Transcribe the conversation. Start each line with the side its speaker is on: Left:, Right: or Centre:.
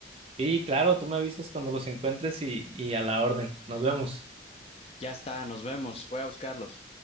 Right: Sí, claro, tú me avisas cuando los encuentres y, y a la orden. Nos vemos.
Left: Ya está, nos vemos, voy a buscarlos.